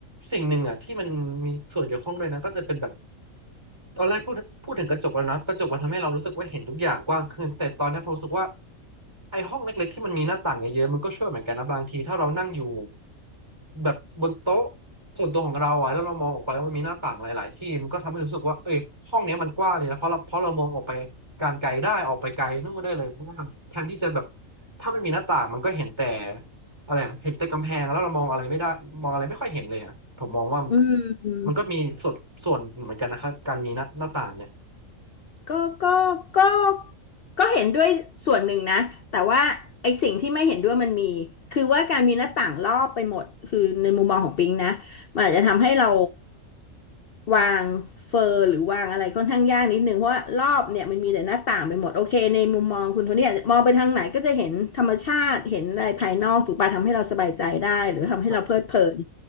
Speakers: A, on the right; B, on the left.
A: สิ่งหนึ่งอ่ะที่มันมีส่วนเกี่ยวข้องด้วยนะก็จะเป็นแบบ ตอนแรกพูดพูดถึงกระจกแล้วนะกระจกมันทำให้เรารู้สึกว่าเห็นทุกอย่างกว้างขึ้นแต่ตอนนี้ผมรู้สึกว่าไอ้ห้องเล็กๆที่มันมีหน้าต่างเยอะๆมันก็ช่วยเหมือนกันนะบางทีถ้าเรานั่งอยู่แบบบนโต๊ะส่วนตัวของเราอะแล้วเรามองออกไปว่ามันมีหน้าต่างหลายๆที่มันก็ทำให้รู้สึกว่าเอ้ยห้องเนี้ยมันกว้างเลยนะเพราะเราเพราะเรามองออกไปการไกลได้ออกไปไกลนู่นได้เลยเพราะว่าแทนที่จะแบบถ้าไม่มีหน้าต่างมันก็เห็นแต่ อะไรอะเห็นแต่กำแพงแล้วเรามองอะไรไม่ได้มองอะไรไม่ค่อยเห็นเลยอ่ะผมมองว่า
B: อืม
A: มันก็มีส่วนส่วนเหมือนกันนะครับการมีหน้าหน้าต่างเนี่ย
B: ก็ก็ก็ก็เห็นด้วยส่วนหนึ่งนะแต่ว่าไอ้สิ่งที่ไม่เห็นด้วยมันมีคือว่าการมีหน้าต่างรอบไปหมดคือในมุมมองของปิงนะ มันอาจจะทำให้เราวางเฟอร์หรือวางอะไรค่อนข้างยากนิดนึงเพราะว่ารอบเนี่ยมันมีแต่หน้าต่างไปหมดโอเคในมุมมองคุณโทนี่อาจจะมองไปทางไหนก็จะเห็นธรรมชาติเห็นอะไรภายนอกถูกปะทำให้เราสบายใจได้หรือทำให้เราเพลิดเพลิน
A: ใช่ใช่